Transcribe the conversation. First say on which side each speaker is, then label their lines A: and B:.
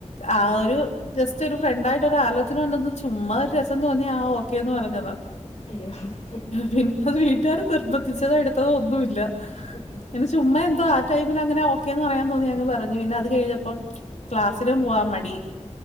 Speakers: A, on the left (about 80°); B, on the left (about 50°).
A: ആ ഒരു ജസ്റ്റ് ഒരു ഫ്രണ്ടായിട്ട് ഒരു ആലോചന ഉണ്ടെന്ന് ചുമ്മാ ഒരു രസം തോന്നി ആ ഓക്കേന്ന് പറഞ്ഞതാ
B: അയ്യോ ഹ്
A: പിന്നെ അത് വീട്ടുകാർ നിർബന്ധിച്ചതോ എടുത്തതോ ഒന്നുമില്ല
B: <inaudible>
A: അത് ചുമ്മ എന്തോ ആ ടൈമിൽ അങ്ങനെ ഓക്കേന്ന് പറയാൻ തോന്നി അങ്ങു പറഞ്ഞു പിന്നെ അത് കഴിഞ്ഞപ്പം ക്ലാസിലും പോവാൻ മടി